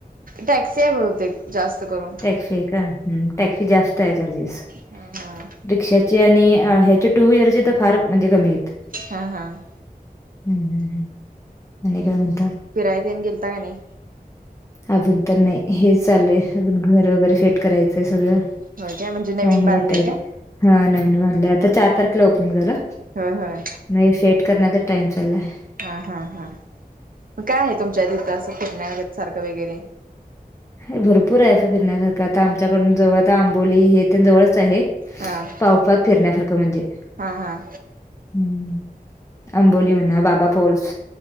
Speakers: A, on the right; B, on the left.
A: टॅक्सी आहे बहुंतेक जास्तं करूंन.
B: ठीक है हम्मं. टॅक्सी जास्तं आहे चार्जेस.
A: हां
B: रिक्षांचे आणि ह्यांचे टूं व्हीलरचे तरं फारंच म्हणजे कमी आहेतं.
A: हां हां.
B: हम्मं हम्मं हम्मं आणि कायं म्हणतांय?
A: फिरांय देनं गेलतां कां नाहीं?
B: अजूंन तरं नाहीं हे चाललंय अजूंन घरं वगैरें सेंट करांयचंय सगळं.
A: होय काय म्हणजे
B: त्यांमुळे
A: नवीन बांधलय
B: टाईट
A: काय
B: हां नवीन भरलंय आंता चार तारखेला ओपनिंग झालं.
A: होयं होयं
B: नाहीं सेंट करण्यातचं टाईम चाललांय.
A: हां, हां, हां मगं कायं आहे तुमच्यां इथं असं फिरण्यां वगैरें सारखं वगैरे
B: हांय भरंपूर हांय फिरण्यांसारखं आंता आमच्यांकडूंन जवळं आंबोली हे ते जवळचं हांय.
A: हा
B: पावसांत फिरण्यांसारखं म्हणजे
A: हा हा
B: हम्मं हमं अंबोली म्हणां बाबां पोल्स.